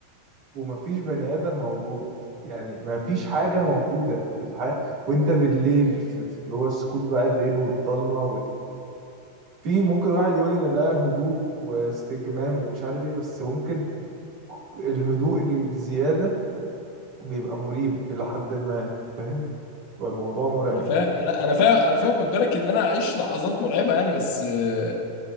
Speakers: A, on the right (about 40°); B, on the left (about 65°).
A: ومفيش بني آدم موجود يعني مفيش حاجة موجودة في الحياة وانت بالليل في في اللي هو السكوت بقى الليل والضلمة وال... في ممكن واحد يقول ان ده هدوء واستجمام ومش عارف ايه بس ممكن الهدوء الزيادة بيبقى مريب إلى حد ما فاهم والموضوع مرعب
B: انا فاهم انا انا فاهم انا فاهم خد بالك ان انا اعيش لحظات مرعبه يعني بس آه،